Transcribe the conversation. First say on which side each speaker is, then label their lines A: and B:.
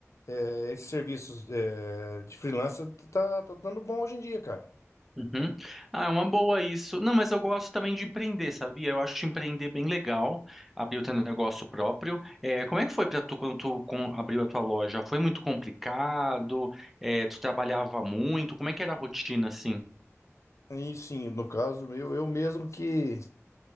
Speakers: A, on the left; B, in the centre.
A: é, esses serviços é, de freelancer tá, tá dando bom hoje em dia, cara.
B: uhum. Ah, é uma boa isso. Não, mas eu gosto também de empreender, sabia? Eu acho empreender bem legal, abrir o teu negócio próprio. É, como é que foi para tu quando tu com- abriu a tua loja? Foi muito complicado? É, tu trabalhava muito? Como é que era a rotina assim?
A: E sim, no caso, eu, eu mesmo que.